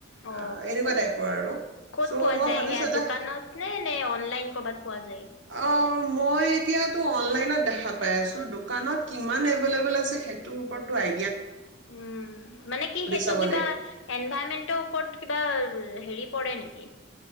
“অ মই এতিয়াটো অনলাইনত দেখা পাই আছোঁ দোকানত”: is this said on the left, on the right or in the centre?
Right